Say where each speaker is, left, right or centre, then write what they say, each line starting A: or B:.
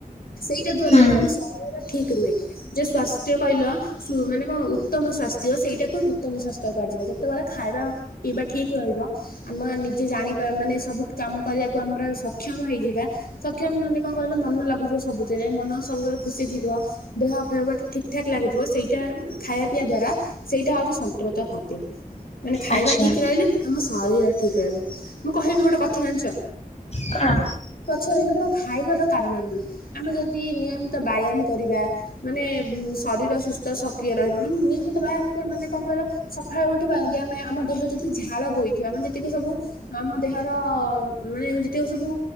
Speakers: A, on the left; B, on the left.
A: ସେଇଟା ଦ୍ଵାରା
B: ହୁଁ
A: ଆମ ଶରୀର ର ଠିକ ରୁହେ। ଯେ ସ୍ୱାସ୍ଥ୍ୟ କହିଲ ସୁ-ମାନେ କଣ ଉତ୍ତମ ସ୍ୱାସ୍ଥ୍ୟ ସେଇଟାକୁ ଉତ୍ତମ ସ୍ୱାସ୍ଥ୍ୟ କୁହାଯିବ। ଯେତେବେଳେ ଖାଇବା ପିଇବା ଠିକ୍ ରହିବ ଆମ ନିଜେ ଜାଣି ପା-ମାନେ ସବୁ କାମ କରିବାକୁ ଆମେ ପୁରା ସକ୍ଷମ ହେଇଯିବା। ସକ୍ଷମ ମାନେ କଣ କହିଲ, ମନ ଲାଗୁଥିବ ସବୁଥିରେ ମନ ସବୁବେଳେ ଖୁସି ଥିବ। ଦେହ ଫେହ ବାକି ଠିକ୍ ଠାକ୍ ଲାଗୁଥୁବ ସେଇଟା ଖାଇବା ପିଇବା ଦ୍ଵାରା ସେଇଟା ହଉଛି ସନ୍ତଳିତ ଖାଦ୍ୟ। ମାନେ ଖାଇବା
B: ଆଚ୍ଛା
A: ଠିକ୍ ରହିଲେ ଆମ ଶରୀର ଠିକ୍ ରହିବ। ମୁଁ କହିବି ଗୋଟେ କଥା ଜାଣିଛ
B: କଣ?
A: ଛେଳି କେବଳ ଖାଇବାର କାରଣ ନୁହଁ, ଆମେ ଯଦି ନିୟମିତ ବ୍ୟାୟାମ କରିବା ମାନେ ଉଁ, ଶରୀର ସୁସ୍ଥ ସକ୍ରିୟ ରହିବ। ମାନେ ନିୟମିତ ବ୍ୟାୟାମ କଣ ମାନେ କଣ କହିଲ? ସଖାଳୁ ଉଠିବା ଯଦି ଆମେ ଆମ ଦେହ ଯଦି ଝାଳ ବୋଇଥିବ ଆମେ ଯେତିକି ସବୁ ଆମ ଦେହର ମାନେ ଯେତିକ ସବୁ